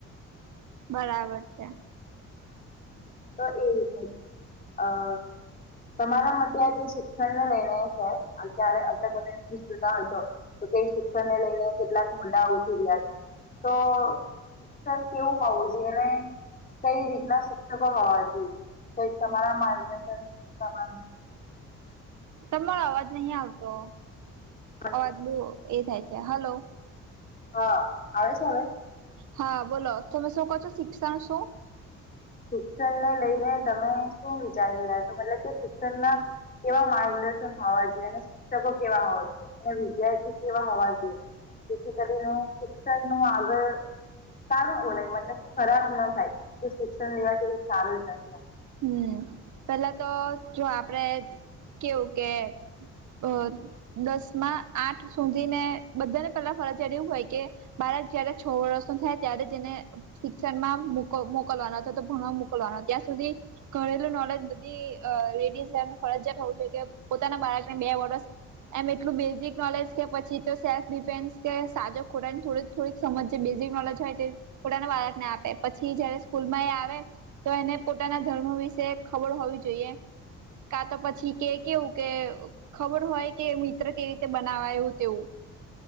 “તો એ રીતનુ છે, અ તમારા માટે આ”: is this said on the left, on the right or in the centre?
Left